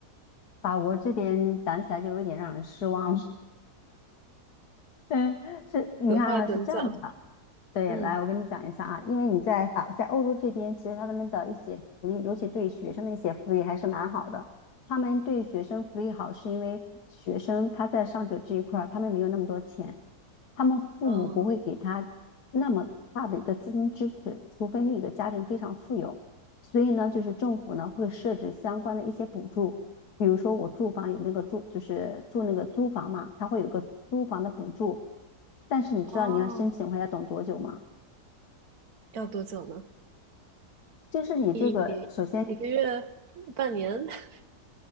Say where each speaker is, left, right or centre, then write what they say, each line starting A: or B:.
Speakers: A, on the left (about 75°); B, on the right (about 65°).
A: 法国这边讲起来就有点让人失望了。<laughs> 嗯，是，
B: <laughs>
A: 你看啊，
B: 此话怎讲？
A: 是这样子的。对，
B: 嗯，
A: 来，我跟你讲一下啊，因为你在法在欧洲这边，其实他们的一些福利，尤其对学生的一些福利还是蛮好的。他们对学生福利好，是因为学生他在上学这一块儿，他们没有那么多钱，他们父母不会给他那么大的一个资金支持，
B: 哦
A: 除非那个家庭非常富有。所以呢，就是政府呢会设置相关的一些补助，比如说我住房有那个住，就是住那个租房嘛，它会有个租房的补助。但是你知道你要申请的话要等多久吗？
B: 哦，要多久呢？
A: 就是你这个，
B: 一一个月、
A: 首先，
B: 半年 <laughs>